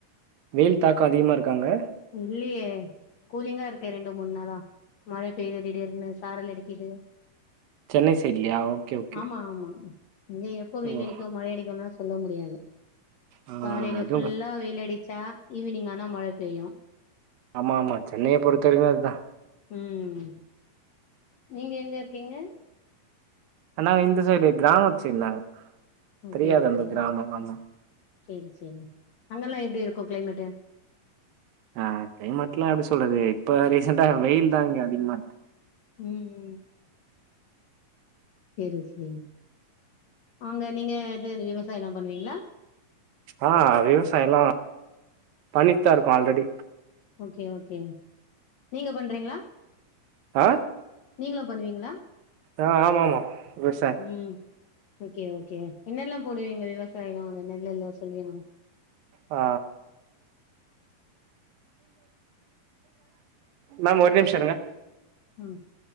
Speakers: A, on the right; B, on the left.
A: வெயில் தாக்கே அதிகமாருக்கா அங்க
B: இல்லயே கூலிங்காருக்கே ரெண்டு மூண் நாளா மழ பெய்யுது திடீர்னு சாரல் அடிக்கிது
A: சென்னை சைட்லயா ஓகே ஓகே
B: ஆமா ஆமா இங்க எப்போ வெயில்
A: ஓ
B: அடிக்கு மழையடிக்குலா சொல்லவ் முடியாது
A: ஆ
B: காலைல
A: அதுவு
B: ஃபுல்லா வெயிலடிச்சா ஈவினிங் ஆனா மழ பெய்யு
A: ஆமா ஆமா சென்னைய பொறுத்த வரைக்குமே அதா
B: ம் நீங்க எங்க இருக்கிங்க
A: எல்லா இந்த சைடு கிராமத் சைட் நாங்க
B: ஓகே
A: தெரியாது
B: ஓகே
A: அந்த கிராமம் ஆமா
B: செரி செரி அங்கல்லா எப்டி இருக்கு. கிளைமேட்டு
A: ஆ கிளைமேட்லா எப்டி சொல்றது இப்ப ரீசெண்டா வெயில் தா இங்க அதிகமா இருக்
B: ம் சேரி சேரிங் அங்க நீங்க எது அது விவசாய தா பண்ணுவீங்ளா
A: ஆ விவசாயலா பண்ணிட் தா இருக்கோ ஆல்ரெடி
B: ஓகே ஓகே நீங்க பண்றீங்ளா
A: ஆ
B: நீங்களா பண்ணுவீங்ளா
A: ஆ ஆமா ஆமா விவசாய
B: ம் ஓகே ஓகே என்னெல்லா போடுவீங்க விவசாயலா அந்த நெல்லெல்ல சொல்வீங்ளா
A: ஆ மேம் ஒரு நிம்ஷ இருங்க
B: ம்